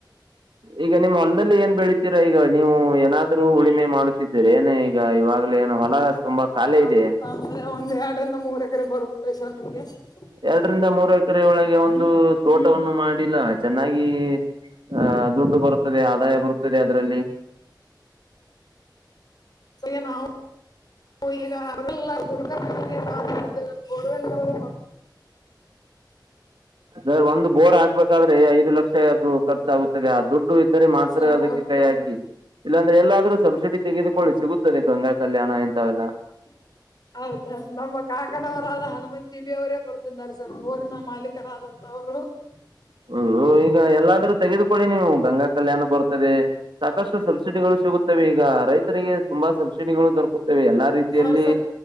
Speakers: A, on the right (about 90°); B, on the left (about 60°).
A: ಈಗ ನಿಮ್ ಹೊಲ್ದಲ್ಲಿ ಏನ್ ಬೆಳೀತೀರಾ ಈಗ ನೀವು ಏನಾದ್. <inaudible> ಇಬ್ರು ಉಳುಮೆ ಮಾಡುತ್ತಿದ್ದರೆ! ನಾನು ಈಗ ಇವಾಗಲೇ ಏನೋ ಹೊಲ
B: ಸರ್
A: ತುಂಬಾ
B: ನಮ್ಮ
A: ಖಾಲಿ
B: ಹೊಲ
A: ಇದೆ.
B: ಅಂತ
A: <inaudible>
B: ಅಂದ್ರೆ ಒಂದ್ ಎರಡರಿಂದ ಮೂರು ಎಕರೆ ಬರುತ್ತೆ ಸರ್ ನಮ್ಗೆ. <unintelligible>
A: ಎರಡರಿಂದ ಮೂರು ಎಕರೆ ಒಳಗೆ ಒಂದು ತೋಟವನ್ನು ಮಾಡಿಲ್ಲ ಚೆನ್ನಾಗಿ? <unintelligible> ಆ ದುಡ್ಡು ಬರ್ತದೆ! ಆದಾಯ ಬರ್ತದೆ ಅದರಲ್ಲಿ. <inaudible>
B: ಹೇ ನಾವು ನಾವು ಈಗ! <unintelligible> ಹೇ ಇಲ್ಲ ಗುರುಗಳು ಬರುವಾಗ ನಾವು ಏನ್ ಬೇಕಾದ್ರು.. <unintelligible>
A: ಹೇ ಒಂದು ಬೋರ್ ಹಾಕ್ಬೇಕಾದ್ರೆ! ಐದು ಲಕ್ಷ ಅದು ಕರ್ಚು ಆಗುತ್ತದೆ ಆ ದುಡ್ಡು ಇ. <inaudible> ಇದ್ದರೆ ಮಾತ್ರ
B: ಸರ್
A: ಅದಕ್ಕೆ
B: ಹೌದು
A: ಕೈ
B: ಸರ್
A: ಹಾಕಿ? <unintelligible> ಇಲ್ಲಾಂದ್ರೆ ಎಲ್ಲಾದ್ರೂ ಸಬ್ಸಿಡಿ ತೆಗೆದುಕೊಳ್ಳಿ ಸಿಗುತ್ತದೆ ಗಂಗಾ ಕಲ್ಯಾಣ ಇಂಥವಲ್ಲ. <inaudible>
B: <inaudible> <unintelligible> ಹೌದ ಸರ್ ನಮ್ಮ ಕಾಕಡವರಾದ ಹನುಮಂತ್ ಜಿಬಿ ಅವರೇ ಬರ್ತಿದ್ದಾರೆ ಸರ್ ಊರಿನ ಮಾಲೀಕರಾದಂತವ್ರು. <unintelligible>
A: ಹ ಈಗ ಎಲ್ಲಾದ್ರೂ ತೆಗೆದುಕೊಳ್ಳಿ ನೀವು ಗಂಗಾ ಕಲ್ಯಾಣ ಬರುತ್ತದೆ. <unintelligible> ಸಾಕಷ್ಟು ಸಬ್ಸಿಡಿಗಳು ಸಿಗುತ್ತವೆ ಈಗ ರೈತರಿಗೆ? <inaudible> ತುಂಬಾ ಸಬ್ಸಿಡಿಗಳು ದೊರಕುತ್ತವೆ! ಎಲ್ಲಾ ರೀತಿಯಲ್ಲಿ
B: ಹೌದು